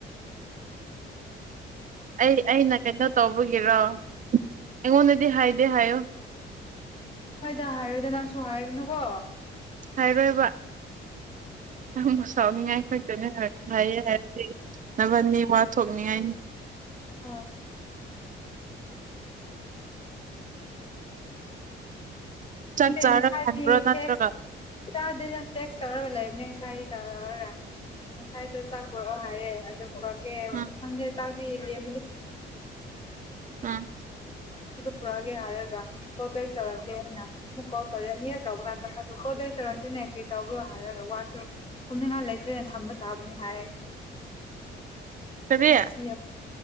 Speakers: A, on the right; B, on the left.
A: ꯑꯩ ꯑꯩꯅ ꯀꯩꯅꯣ ꯇꯧꯕꯒꯤꯔꯣ ꯑꯩꯉꯣꯟꯗ ꯍꯥꯏꯗꯦ ꯍꯥꯏꯌꯣ
B: ꯍꯣꯏꯗ ꯍꯥꯏꯔꯣꯏꯗ ꯅꯪꯁꯨ ꯍꯥꯏꯒꯅꯨꯀꯣ
A: ꯍꯥꯏꯔꯣꯏꯕ ꯌꯥꯝꯕꯨ ꯁꯥꯎꯅꯤꯡꯉꯥꯏ ꯈꯛꯇꯣꯏꯅꯦ ꯍꯥꯏꯌꯦ ꯍꯥꯏꯔꯁꯤ ꯅꯕꯟꯅꯤꯠ ꯊꯣꯛꯅꯤꯡꯉꯥꯏꯅꯤ
B: <unintelligible>
A: ꯆꯥꯛ
B: ꯉꯁꯥꯗꯤ
A: ꯆꯥꯔꯒ ꯍꯟꯕ꯭ꯔꯣ ꯅꯠꯇ꯭ꯔꯒ
B: ꯇꯦꯛꯁ ꯆꯥꯗ ꯇꯦꯛꯁ ꯇꯧꯔꯒ ꯂꯩꯕꯅꯦ ꯉꯁꯥꯗꯤ ꯇꯧꯔ ꯂꯧꯔꯒ ꯉꯁꯥꯏꯗ ꯆꯥꯛꯄꯣꯔꯛꯑꯣ ꯍꯥꯏꯔꯦ ꯑꯗꯨ
A: ꯎꯝ
B: ꯈꯪꯗꯦ ꯇꯕꯤ <unintelligible> ꯆꯥꯛꯇꯣ
A: ꯎꯝ
B: ꯄꯨꯔꯛꯑꯒꯦ ꯍꯥꯏꯔꯒ <unintelligible> ꯇꯧꯔꯛꯇꯦ ꯍꯥꯏꯅ ꯃ ꯀꯧꯔꯦꯅꯤꯍ ꯇꯕꯒꯥꯟ ꯣꯗ ꯇꯔꯛꯗꯗꯤꯅꯦ ꯀ ꯇꯕ ꯍꯥꯏꯔꯒ ꯋꯥ ꯀꯨꯝꯅꯤꯡꯍꯥꯟ ꯂꯩꯇ꯭ꯔꯦꯅ ꯊꯝꯕ ꯇꯥꯕꯅꯤ ꯍꯥꯏ
A: ꯀꯔꯤ
B: ꯐꯁꯤ